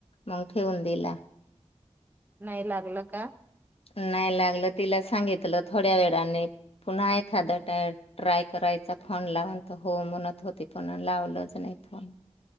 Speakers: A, on the left; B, on the right.
A: मग ठेवून दिला.
B: नाही लागलं का?
A: नाही लागलं तिला सांगितलं थोड्या वेळाने पुन्हा एखादा ट्राय ट्राय करायचा फोन लावून तर हो म्हणत होती फोन लावलंच नाही फोन